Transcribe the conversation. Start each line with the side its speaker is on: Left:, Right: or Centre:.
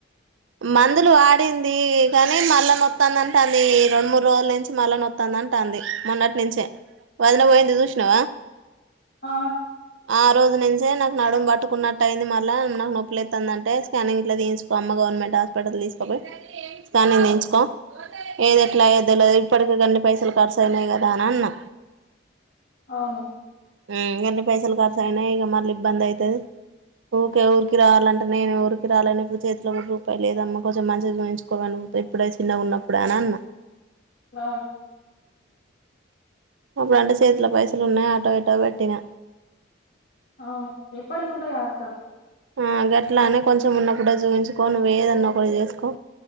Right: మందులు వాడింది కానీ మళ్ల నొత్తాందంటాన్ది రొండు మూడు రోజుల నుంచి మళ్ల నొత్తాందంటాన్ది మొన్నటి నుంచే వదన పోయింది చూషినవా?
Left: ఆ
Right: ఆ రోజు నుంచే నాకు నడుము పట్టుకున్నట్టు అయింది, మల్లా నాకు నొప్పిలేతాందంటే స్కానింగ్ ఇట్లా దీయించుకో అమ్మ గవర్నమెంట్ హాస్పిటల్ తీసుకోపోయి, స్కానింగ్ తీయించుకో ఏది ఎట్లా అయిదో తెల్వదు, ఇప్పుటికే గన్ని పైసలు ఖర్చుయినాయి కదా దానన్నా
Left: అవును
Right: హ్మ్ గన్ని పైసలు కా సైనా ఇగ మళ్ళీ ఇబ్బంది అయితది ఊకే ఊరికి రావాలంటే నేను ఊరికి రాలేను, ఇప్పుడు చేతిలో కూడా రూపాయి లేదమ్మా కొంచెం మంచిగా జూయించుకోమను, ఇప్పుడే చిన్నగా ఉన్నప్పుడే అని అన్న
Left: ఆ
Right: అప్పుడంటే చేతిలో పైసలు ఉన్నాయి, ఆట గీటా కట్టినా
Left: ఆ ఎప్పటికి ఉంటాయా అక్క
Right: ఆ గట్లానే కొంచెం ఉన్నప్పుడే చూయించుకో, నువ్వు ఎదన్నా పడి చేసుకో,